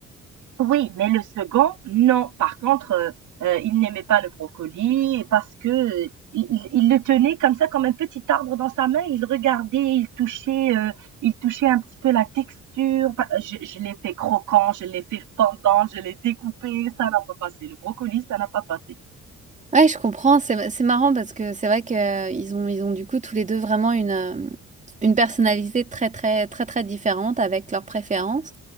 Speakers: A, on the right; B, on the right.
A: Oui, mais le second, non. Par contre, heu heu, il n'aimait pas le brocoli parce que, heu, il il il le tenait comme ça, comme un petit arbre dans sa main. Il regardait, il touchait, heu, il touchait un petit peu la texture. Pas je je l'ai fait croquant, je l'ai fait fondant, je l'ai découpé. Ça n'a pas passé. Le brocoli, ça n'a pas passé.
B: Ouais, je comprends, c'est c'est marrant parce que c'est vrai que euh, ils ont ils ont du coup tous les deux vraiment une euh, une personnalité très très très très différente avec leurs préférences